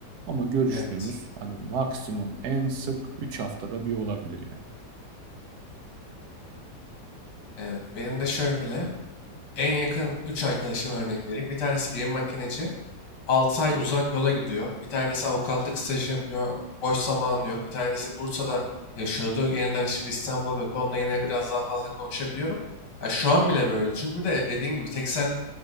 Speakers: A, on the right; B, on the left.
A: Ama görüştüğümüz
B: evet,
A: hani maksimum en sık 3 haftada bir olabilir yani.
B: evet. Benim de şöyle. En yakın 3 arkadaşıma örnek vereyim. Bir tanesi gemi makineci. 6 ay uzak yola gidiyor. Bir tanesi avukatlık stajı yapıyor. Boş zamanı yok. Bir tanesi Bursa'da yaşıyordu. Yeniden şimdi İstanbul'a döndü. Onunla yine biraz daha fazla konuşabiliyorum. Ya şu an bile böyle. Çünkü bir de dediğin gibi tek sen